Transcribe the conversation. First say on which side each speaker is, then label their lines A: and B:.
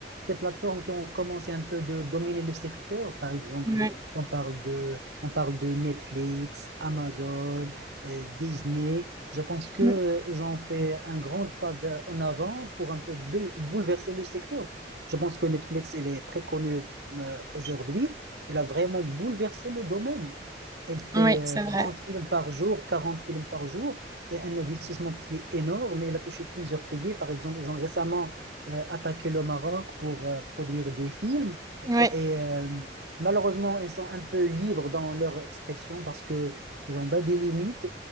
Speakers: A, on the right; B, on the right.
A: ces plateformes qui ont commencé un peu de dominer le secteur. Par exemple,
B: ouais.
A: de- on parle de, on parle de Netflix, Amazon, euh, Disney. Je pense que
B: Mm.
A: euh, ils ont fait un grand pas vers- en avant pour un peu bou- bouleverser le secteur. Je pense que Netflix, il est très connu euh, aujourd'hui. Il a vraiment bouleversé le domaine. Elle fait
B: Oui,
A: euh,
B: c'est vrai.
A: 30 films par jour, 40 films par jour, et un investissement qui est énorme. Elle a touché plusieurs pays. Par exemple, ils ont récemment euh, attaqué le Maroc pour euh, produire des films.
B: Oui,
A: Et euh, malheureusement, ils sont un peu libres dans leur expression parce que ils ont pas des limites.